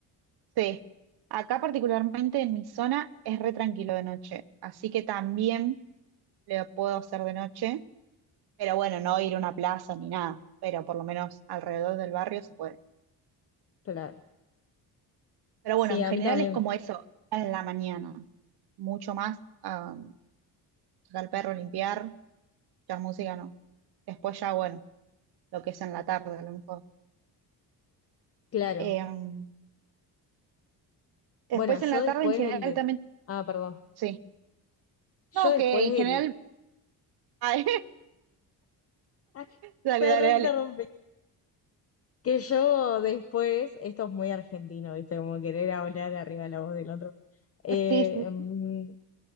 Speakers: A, on the right; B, on the left.
A: sí. Acá particularmente en mi zona es re tranquilo de noche, así que también lo puedo hacer de noche, pero bueno, no ir a una plaza ni nada, pero por lo menos alrededor del barrio se puede.
B: Claro.
A: Pero
B: Sí,
A: bueno, en
B: a
A: general
B: mí también,
A: es como eso, en la mañana, mucho más, ah, sacar al perro, limpiar, la música no. Después ya, bueno, lo que es en la tarde a lo mejor.
B: claro.
A: Em, después
B: Bueno, yo
A: en la
B: después
A: tarde en general
B: el de...
A: también,
B: Ah, perdón.
A: sí.
B: Yo
A: No,
B: después
A: que en
B: el...
A: general... <laughs>
B: <laughs>
A: Dale, dale,
B: se reinterrumpían.
A: dale.
B: Que yo después, esto es muy argentino, ¿viste? Como querer hablar arriba de la voz del otro. Eh,
A: Sí, sí,
B: em,